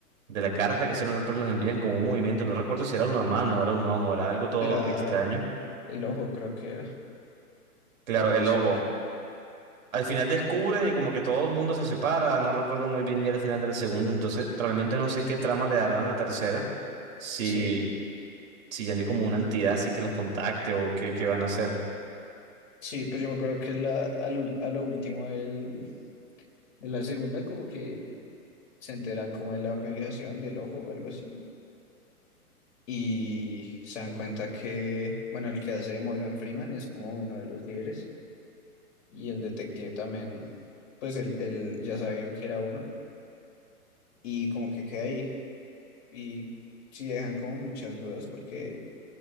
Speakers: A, on the right; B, on the left.
A: de la carta que siempre los envían como un movimiento, no recuerdo si era una mano, era un ojo, era algo todo
B: Era
A: extraño.
B: el ojo, creo que era.
A: Claro,
B: O algo
A: el
B: así.
A: ojo. Al final descubren y como que todo el mundo se separa. No recuerdo muy bien ya el final de la segunda, entonces realmente no sé qué trama le darán a la tercera. Si,
B: Sí.
A: si ya no hay como una entidad así que los contacte o qué, qué van a hacer.
B: Sí, pues yo me acuerdo que la, a lo, a lo último del- de la segunda, como que se enteran como de la organización del ojo o algo así. y se dan cuenta que, bueno, el que hace de Morgan Freeman es como uno de los líderes y el detective también, pues él, él ya sabían que era uno y como que queda ahí y sí dejan como muchas dudas porque